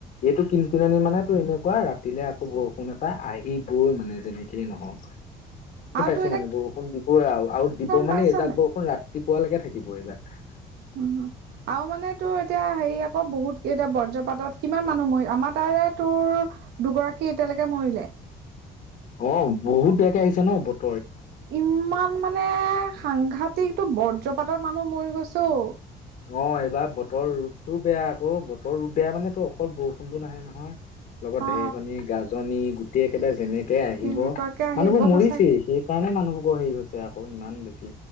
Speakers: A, on the left (about 55°); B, on the right (about 75°).
A: এইটো কিনকিননি মানে তো এনেকুৱাই ৰাতিলে আকৌ বৰষুণ এটা আহিবই মানে যেনেকেই নহওঁক।
B: আওতু
A: মানে বৰষুণ দিবই আৰু, আৰু দিব
B: পাইছ
A: মানে এইজাক
B: নাই
A: বৰষুণ ৰাত্তিপুৱালৈকে থাকিব, এইজাক।
B: উ, আৰু মানে তোৰ এতিয়া হেৰি আকৌ, বহুত কেইটা বৰ্জ্ৰপাতত কিমান মানুহ মৰিল, আমাৰ তাত এ, তোৰ দুগৰাকী এতিয়ালৈকে মৰিলে।
A: অ', বহুত বেয়াকে আহিছে ন? বত
B: ইম্মান মানে, সাংঘাতিক তো বৰ্জ্ৰপাতত মানুহ মৰি গৈছে ঔ।
A: অ', এইবাৰ বতৰ ৰূপতটোও বেয়া অ', বতৰৰ ৰূপ বেয়া মানে তো অকল বৰষুণ টো নাহে নহয়, লগত
B: অ
A: ঢেৰেকনী, গাজনি গোট এতিয়া একেবাৰে যেনেকে আহিব,
B: কেনেকুৱাকে আহিব
A: মানুহবোৰ মৰিছেই,
B: সঁচাকে
A: সেইকাৰণে মানুহবোৰ ক, হেৰি হৈছে। আকৌ ইমান বেছি।